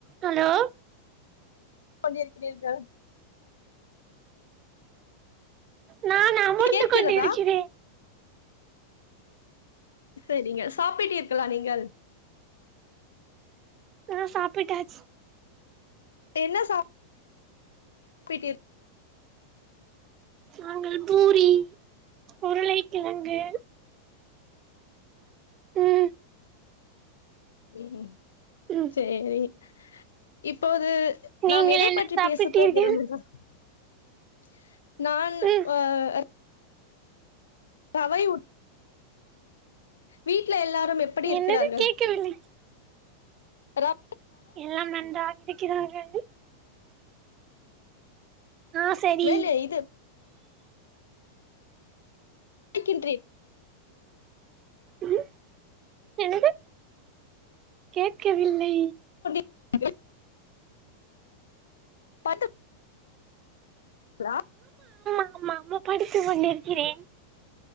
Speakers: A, on the right; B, on the left.
A: hello
B: <unintelligible> இருக்கிறீர்கள்
A: நான் அமர்ந்து
B: கேட்கிறதா
A: கொண்டு இருக்கிறே
B: சரிங்க சாப்பிட்டீர்களா நீங்கள்
A: ஆ சாப்பிட்டாச்சு
B: என்ன சாப் பிட்டிர்
A: நாங்கள் பூரி உருளைக்கிழங்கு ம்
B: ம்ம்ஹூ
A: ம்
B: சேரி இப்போது
A: நீங்கள்
B: நாம் எதை
A: என்ன
B: பற்றி
A: சாப்பிட்டீர்கள்
B: பேசப் போகிறோம் <unintelligible> <inaudible> நான்
A: ம்
B: ஒ அர் பவை உட் வீட்ல எல்லா ரும் எப்படி இருக்கிறார்கள்
A: என்னது கேட்கவில்லை
B: ர
A: எல்லாம் நன்றாக இருக்கிறார்கள் ஆ சரி
B: வேலையா இது டிக்கின்றேன்
A: ம் என்னது கேட்கவில்லை
B: <inaudible> பத்து லா
A: அம்மா <unintelligible> படித்து கொண்டிருக்கிறேன்